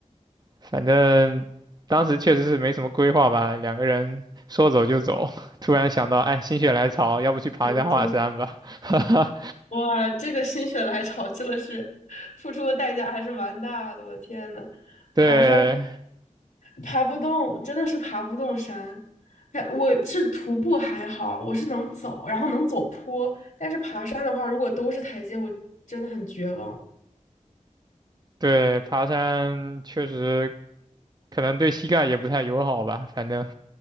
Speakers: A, on the right; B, on the left.
A: 反正当时确实是没什么规划吧，两个人说走就走，<laughs> 突然想到，哎，心血来潮，要不去爬一下华山吧？
B: 年轻。
A: <laughs>
B: 哇，这个心血来潮真的是付出的代价还是蛮大的，我天呐，
A: 对
B: 爬山。爬不动，真的是爬不动山。哎我是徒步还好，我是能走，然后能走坡，但是爬山的话，如果都是台阶，我真的很绝望。
A: 对，爬山确实可能对膝盖也不太友好吧。反正，